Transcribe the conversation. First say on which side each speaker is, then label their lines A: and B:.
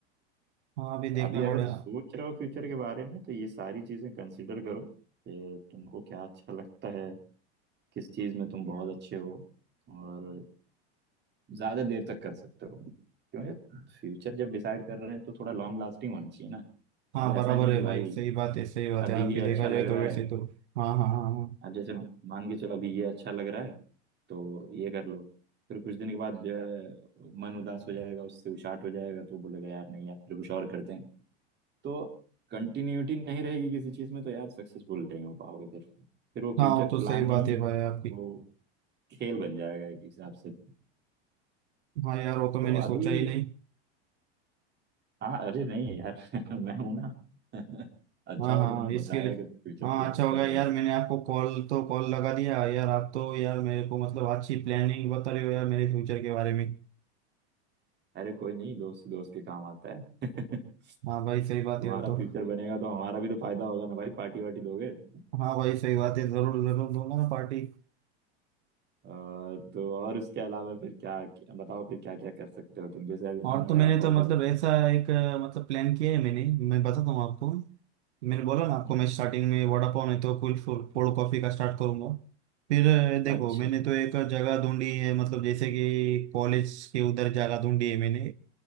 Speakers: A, on the right (about 80°); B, on the right (about 30°).
A: हाँ अभी
B: तो
A: देखना
B: अभी अगर
A: पड़ेगा
B: सोच रहे हो फ्यूचर के बारे में तो ये सारी चीजें कंसिडर करो कि तुमको क्या अच्छा लगता है किस चीज में तुम बहुत अच्छे हो और ज्यादा देर तक कर सकते हो क्योंकि फ्यूचर जब डिसाइड कर रहे हैं तो थोड़ा लॉन्ग लास्टिंग होना चाहिए ना
A: हाँ
B: अब
A: बराबर
B: ऐसा नहीं
A: है
B: कि भाई
A: भाई सही बात है सही बात
B: अभी
A: है आपकी
B: ये अच्छा
A: देखा
B: लग
A: जाए
B: रहा
A: तो वैसे
B: है
A: तो हाँ हाँ हाँ हाँ
B: अब जैसे मान के चलो अभी ये अच्छा लग रहा है तो ये कर लो फिर कुछ दिन के बाद जो है मन उदास हो जाएगा उससे उचाट हो जाएगा तो बोलेगा यार नहीं यार फिर कुछ और करते हैं तो कंटिन्यूटी नहीं रहेगी किसी चीज में तो यार सक्सेसफुल नहीं हो पाओगे फिर फिर वो फ्यूचर
A: हाँ वो तो
B: प्लान
A: सही
B: नहीं
A: बात है भाई आपकी
B: वो खेल बन जाएगा एक हिसाब से
A: हाँ यार वो तो
B: तो
A: मैंने सोचा
B: अभी
A: ही नहीं
B: हाँ अरे नहीं यार <laughs> मैं हूं ना <laughs> अच्छा
A: हाँ
B: हुआ
A: हाँ
B: तुमने
A: हाँ, इसके
B: बताया
A: लिए
B: कि तुम फ्यूचर
A: हाँ
B: प्लान
A: अच्छा होगा
B: कर रहे
A: यार
B: हो
A: मैंने आपको कॉल तो कॉल लगा दिया यार आप तो यार मेरे को मतलब अच्छी प्लानिंग बता रहे हो यार मेरे फ्यूचर के बारे में
B: अरे कोई नहीं दोस्त दोस्त के काम आता है <laughs>
A: हाँ भाई सही बात
B: तुम्हारा
A: है वो तो
B: फ्यूचर बनेगा तो हमारा भी तो फायदा होगा ना भाई पार्टी वार्टी दोगे <laughs>
A: हाँ भाई सही बात है जरूर जरूर दूंगा ना पार्टी
B: अ, तो और उसके अलावा फिर क्या, क्या बताओ फिर क्या क्या कर सकते हो तुम जैसे अभी तुमने
A: और तो
B: वड़ा
A: मैंने
B: पाव
A: तो मतलब
B: का बताया
A: ऐसा एक अ, मतलब प्लान किया है मैंने मैं बताता हूँ आपको मैंने बोला ना आपको
B: अच्छा
A: मैं स्टार्टिंग में वड़ा पाव नहीं तो कुल कोल्ड कॉफी का स्टार्ट करूंगा फिर अ, देखो
B: अच्छा
A: मैंने तो एक जगह ढूंढी है मतलब जैसे कि कॉलेज के उधर जगह ढूंढी है मैंने